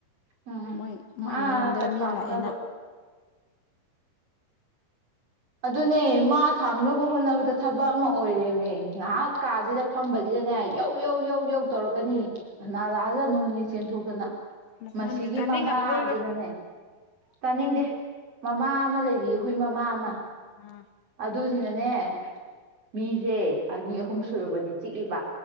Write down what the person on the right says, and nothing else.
ꯎꯝ
ꯃꯥꯇ
ꯈꯥꯝꯅꯕ
ꯑꯗꯨꯅꯦ ꯃꯥ ꯈꯥꯝꯅꯕ ꯍꯣꯠꯅꯕꯗ ꯊꯕꯛ ꯑꯃ ꯑꯣꯏꯔꯦꯃꯦ ꯉꯥꯏꯍꯥꯛ ꯀꯥꯁꯤꯗ ꯐꯝꯕꯁꯤꯗꯅꯦ ꯌꯧ ꯌꯧ ꯌꯧ ꯌꯧ ꯇꯧꯔꯛꯀꯅꯤ ꯀꯅꯥ ꯂꯥꯛꯑꯖꯠꯅꯣꯅꯦ ꯆꯦꯟꯊꯣꯛꯇꯅ
ꯃꯁꯤꯒꯤ
ꯃꯃꯥꯁꯤꯅꯅꯦ ꯇꯥꯅꯤꯡꯗꯦ ꯃꯃꯥ ꯑꯃ ꯂꯩꯔꯤ ꯍꯨꯏ ꯃꯃꯥ ꯑꯃ
ꯑꯗꯗꯤꯅꯅꯦ ꯃꯤꯖꯦ ꯑꯅꯤ ꯑꯍꯨꯝ
ꯁꯨꯨꯔꯕꯅꯦ ꯆꯤꯛꯏꯕ